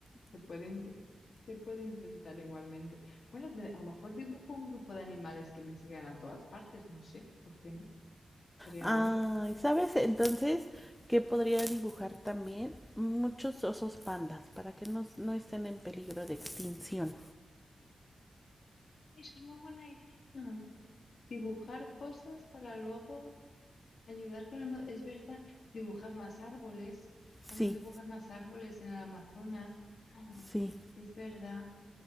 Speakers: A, on the left; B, in the centre.
A: se puede, inten- se puede intentar igualmente. Bueno, de- a lo mejor dibujo un grupo de animales que me sigan a todas partes, no sé, ¿por qué no? Sería
B: Ay,
A: guay.
B: ¿sabes entonces qué podría dibujar también? Muchos osos pandas para que no, no estén en peligro de extinción.
A: Eso es muy buena idea. Ah, Dibujar cosas para luego ayudar con el... mo- Es verdad, dibujar más árboles.
B: Sí,
A: Podemos dibujar más árboles en el Amazonas. Ah,
B: sí.
A: Es verdad.